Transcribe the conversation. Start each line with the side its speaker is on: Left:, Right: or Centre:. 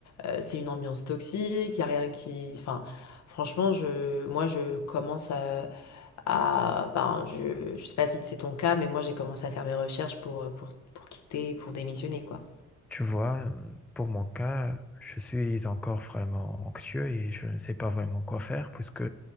Left: euh, c'est une ambiance toxique, il y a rien qui, enfin, franchement, je, moi, je commence à, à- ben, je, je sais pas si c'est ton cas, mais moi, j'ai commencé à faire mes recherches pour euh, pour pour quitter, et pour démissionner, quoi.
Centre: Tu vois, pour mon cas, je suis encore vraiment anxieux et je ne sais pas vraiment quoi faire puisque